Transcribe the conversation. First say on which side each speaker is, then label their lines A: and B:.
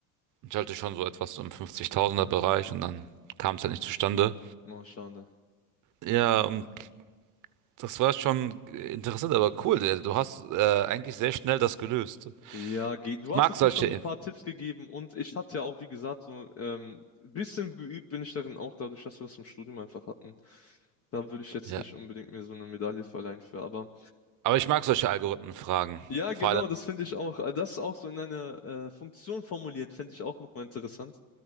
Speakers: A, on the right; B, on the left.
A: Ich hatte schon so etwas im 50.000er Bereich und dann kam es halt nicht zustande.
B: Oh, schade.
A: Ja, und das war schon interessant, aber cool. Du hast äh, eigentlich sehr schnell das gelöst.
B: Ja, geh- du
A: Ich mag
B: hattest
A: solche,
B: mir schon ein paar Tipps gegeben und ich hatte ja auch, wie gesagt, so ähm, ein bisschen geübt bin ich darin auch, dadurch, dass wir das im Studium einfach hatten. Da würde ich jetzt
A: ja.
B: nicht unbedingt mir so eine Medaille verleihen für, aber
A: Aber ich mag solche Algorithmenfragen.
B: Ja,
A: Vor
B: genau,
A: allem,
B: das finde ich auch. Äh, Das auch so in einer äh, Funktion formuliert, finde ich auch nochmal interessant.